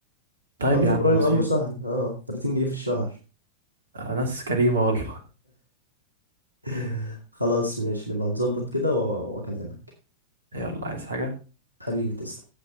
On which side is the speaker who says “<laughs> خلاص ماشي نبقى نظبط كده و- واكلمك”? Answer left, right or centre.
Right